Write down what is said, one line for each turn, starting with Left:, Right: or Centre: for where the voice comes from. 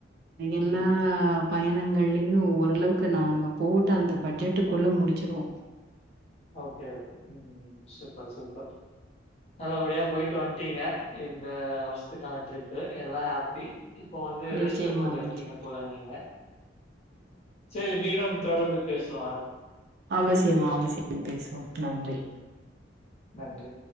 Right: எல்லா
Left: ம்.
Right: பயணங்கள்லயு ஓரளவுக்கு நாங்க போட்டு அந்த பட்ஜெட் விட்டுக்குள்ள முடிச்சிருவோ
Left: ஓகே ஓகே ம் ம் சூப்பர் சூப்பர் நல்லபடியா போயிட்டு வன்டீங்க இந்த வருஷத்துக்கான டிரிப்பு எல்லா ஹாப் பி இப்போ வந்து
Right: நிச்சயமா,
Left: ரெஸ்ட் மோட்ல இருக்கீங்க
Right: நிச்சயம்.
Left: போல நீங்க செரி மீண்டும் தொடந்து பேசுவா
Right: அவசியமா அவசியம் பேசுவோ நன்றி
Left: நன்றி